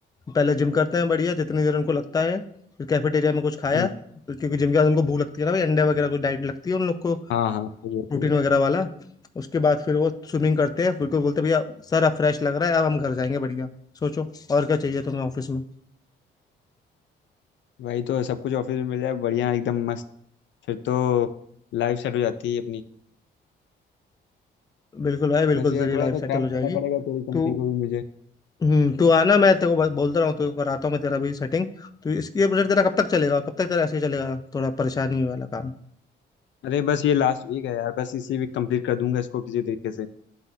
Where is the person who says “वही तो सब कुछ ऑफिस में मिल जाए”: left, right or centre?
Left